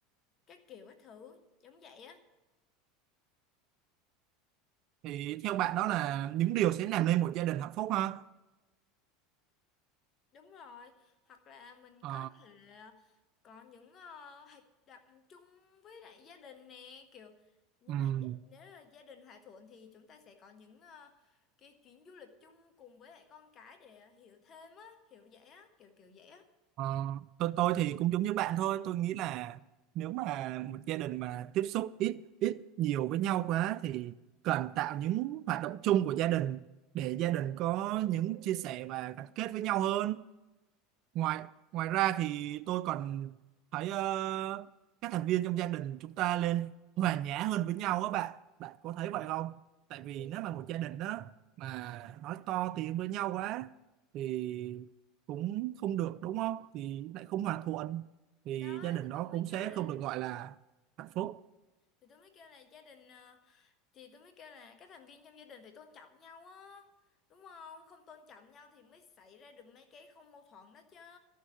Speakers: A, on the left (about 40°); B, on the right (about 50°).
A: các kiểu các thứ giống vậy á
B: thì theo bạn đó là những điều sẽ làm nên một gia đình hạnh phúc ha
A: đúng rồi hoặc là mình
B: Ờ,
A: có thể ờ, có những uh, hoạt động chung với lại gia đình nè kiểu nếu
B: ừm,
A: mà gia- nếu là gia đình hòa thuận thì chúng ta sẽ có những ờ, cái chuyến du lịch chung cùng với lại con cái để hiểu thêm á hiểu vậy á kiểu kiểu vậy á
B: Ờ, tôi tôi thì cũng giống như bạn thôi tôi nghĩ là nếu mà một gia đình mà tiếp xúc ít ít nhiều với nhau quá thì cần tạo những hoạt động chung của gia đình để gia đình có những chia sẻ và gắn kết với nhau hơn ngoài ngoài ra thì tôi còn thấy ờ, các thành viên trong gia đình chúng ta lên hòa nhã hơn với nhau á bạn bạn có thấy vậy không tại vì
A: thì
B: nếu mà một gia đình đó mà nói to tiếng với nhau quá thì cũng không được đúng không thì lại không hòa thuận thì
A: thì đó
B: gia đình
A: thì
B: đó
A: tôi mới
B: cũng sẽ
A: kêu là
B: không được gọi là hạnh phúc
A: thì tôi mới kêu là gia đình ờ, thì tôi mới kêu là các thành viên trong gia đình phải tôn trọng nhau á đúng không không tôn trọng nhau thì mới xảy ra được mấy cái không mâu thuẫn đó chứ